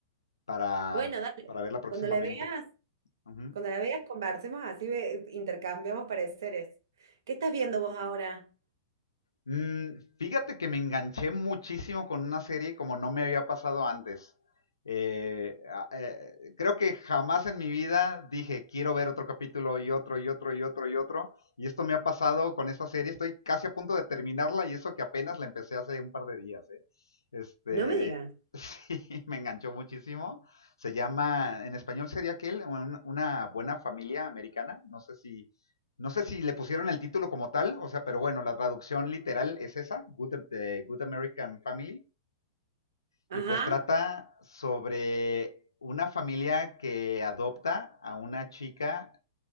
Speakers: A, on the left; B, on the right.
A: para,
B: Bueno, dale,
A: para verla próximamente.
B: cuando la veas,
A: Ujú.
B: cuando la veas, conversemos así, ve- intercambiamos pareceres. ¿Qué estás viendo vos ahora?
A: Mm, fíjate que me enganché muchísimo con una serie como no me había pasado antes. Eh, a- eh, creo que jamás en mi vida dije, quiero ver otro capítulo y otro y otro y otro y otro. Y esto me ha pasado con esta serie. Estoy casi a punto de terminarla y eso que apenas la empecé hace un par de días. ¿eh? Este,
B: No me digas.
A: <laughs> sí, me enganchó muchísimo. Se llama, en español sería aquel, un- una buena familia americana. No sé si no sé si le pusieron el título como tal, o sea, pero bueno, la traducción literal es esa, Good, eh, Good American Family, y
B: Ajá.
A: pues trata sobre una familia que adopta a una chica